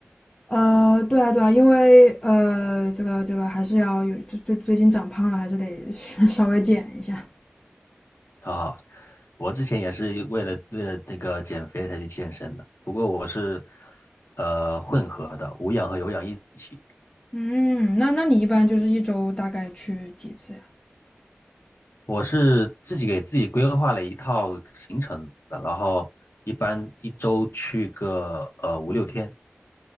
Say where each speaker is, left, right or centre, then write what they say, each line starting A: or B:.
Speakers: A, on the left; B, on the left.
A: 呃，对啊，对啊，因为呃，这个这个还是要有最最最近长胖了，还是得 <laughs> 稍微减一下。
B: 啊，我之前也是为了为了这个减肥才去健身的，不过我是呃混合的，无氧和有氧一起。
A: 嗯，那那你一般就是一周大概去几次呀？
B: 我是自己给自己规划了一套行程的，然后一般一周去个呃五六天。